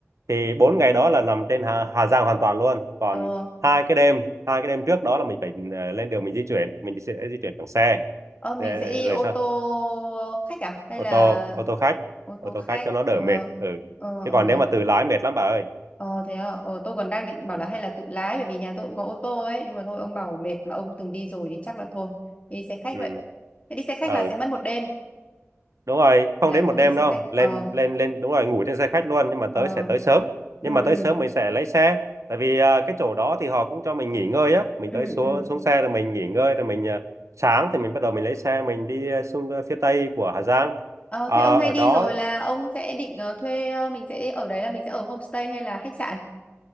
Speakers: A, on the right (about 80°); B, on the left (about 25°).
A: thì bốn ngày đó là nằm trên Hà, Hà Giang hoàn toàn luôn còn
B: Ờ,
A: hai cái đêm hai cái đêm trước đó là mình phải ờ, lên đường mình di chuyển mình sẽ di chuyển bằng xe
B: ờ mình
A: Xe-
B: sẽ đi
A: rồi
B: ô
A: sao
B: tô khách à hay
A: ô
B: là
A: tô ô tô khách
B: ô
A: ô
B: tô
A: tô
B: khách?
A: khách cho nó đỡ
B: Ờ
A: mệt ừ
B: ờ
A: chứ
B: ờ
A: còn nếu mà tự lái mệt lắm bà ơi
B: ờ thế à? Ờ tôi còn đang định bảo
A: ừ
B: là hay là tự lái bởi vì nhà tôi cũng có ô tô ấy, nhưng mà thôi ông bảo mệt mà ông từng đi rồi thì chắc là thôi. Đi xe khách
A: ừ
B: vậy. Thế đi xe khách
A: Ừ.
B: là sẽ mất một đêm
A: đúng rồi không
B: là
A: đến
B: ngủ
A: một đêm
B: trên xe
A: đâu
B: khách.
A: lên
B: Ờ
A: lên lên đúng rồi ngủ trên xe khách luôn nhưng mà
B: ờ
A: tới sẽ tới sớm nhưng
B: ừ
A: mà tới
B: ừ
A: sớm mình sẽ lấy xe tại vì à, cái chỗ đó thì họ cũng cho mình nghỉ ngơi á mình
B: ừ
A: tới xuống
B: ừ
A: xuống xe rồi mình nghỉ ngơi rồi mình à, sáng thì mình bắt đầu mình lấy xe mình đi à, xuống à, phía tây của Hà Giang
B: Ờ,
A: à,
B: thế ông
A: ở
B: hay đi
A: đó
B: rồi là ông sẽ định ờ, thuê ờ, mình sẽ ở đấy là mình sẽ ở homestay hay là khách sạn?